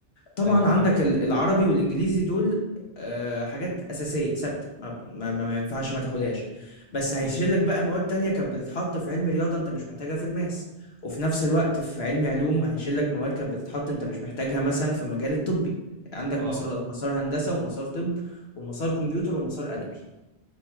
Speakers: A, on the left; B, on the right.
A: طبعا
B: ايوه
A: عندك
B: فهمتك
A: ال- العربي والانجليزي دول آه، حاجات اساسيه ثابته ما, بت- ما, ما ما ينفعش ما تاخدهاش بس هيشيل
B: امم
A: لك بقى مواد تانية كانت بتتحط في علم رياضه انت مش محتاجها في الماس وفي نفس الوقت في علم علوم هيشيل لك مواد كانت بتتحط انت مش محتاجها مثلا في مجال الطبي عندك
B: اه
A: مسارات مسار هندسه ومسار طب ومسار كمبيوتر ومسار ادبي